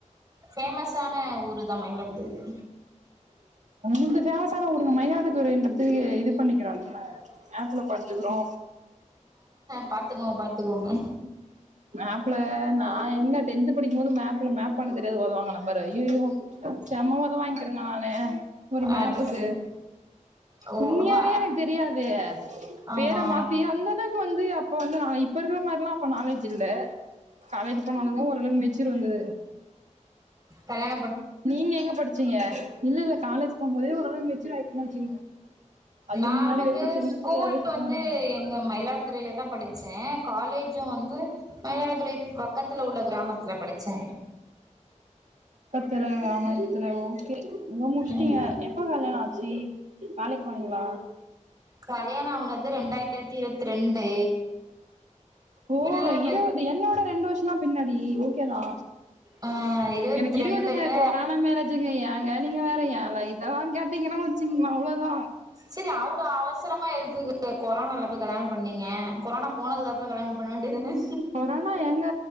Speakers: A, on the right; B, on the right.
A: பேமஸான ஊரு தா மயிலாடுதுறை
B: உந்து பேமஸானடுங்க மயிலாடுதுறைன்ற த இது பண்ணிக்கிலாம் ல மேப் ல விழுப்புரோ
A: பாத்துக்கோங்க பாத்துக்கோங்க
B: மேப்ல நான் எங்க டென்த் படிக்கும்போது மேப்ல மேப் பண்ண தெரியாது உதவாங்கன்னு பாரு அய்யயோ செம்ம உத வாங்கிக்கிருங்க நானு ஒரு மேப்புக்கு
A: அது சரி ஓ
B: உண்மியாவே
A: ஹா
B: எனக்கு தெரியாது
A: ஆமா
B: பேர மாத்தி அந்த அளவுக்கு வந்து அப்ப வந்து நா இப்போ இருக்கிற மாரிலா அப்ப நாலேஜ் இல்ல காலேஜ் போனாலத ஓரளவுக்கு மெச்சூர் வந்தது
A: கல்யாண
B: நீங்க எங்க படிச்சீங்க இல்ல இல்ல காலேஜ் போம்போதே ஓர் அளவு மெச்சூர் ஆயக்கன்னனு வச்சுங்க அதுக்கு
A: நா
B: முன்னாடி
A: வந்து
B: வரைக்கும் சின்ன
A: ஸ்கூல்
B: பிள்ளையாவே சுத்தி
A: வந்து
B: வந்தாங்க
A: எங்க மயிலாடுதுறையில தா படிச்சே காலேஜும் வந்து மயிலாடுதுறை பக் பக்கத்துல உள்ள கிராமத்துல படிச்சே
B: <unintelligible> ஓகே முடிச்சீங்க
A: ம்
B: எப்ப கல்யாண ஆச் சு வேலைக்கு போனைங்களா
A: கல்யாண ஆவ்னது ரெண்டாயிரத்தி இருவத்தி ரெண்டு
B: ஓ
A: பிள்ள பெத்
B: இருவது என்னோட ரெண்டு வருஷனா பின்னாடி ஓகே தா
A: ஆ இருவத்தி
B: எனக்கு இருவதுங்க
A: ரெண்டுல
B: கொரோனா மேரேஜுங்க ஏங்க நீங்க வேற ஏன் இதலா கேட்டீங்கன்னா வச்சுங்களா அவ்ளோதா
A: சரி அவ்ளோ அவசரமா எதுக் கு கொரோனால போயி கல்யாணம் பண்ணீங்க கொரோனா போனதுக்குப்புற கல்யான பண்ண வேண்டியது தான
B: கொரோனா எங்க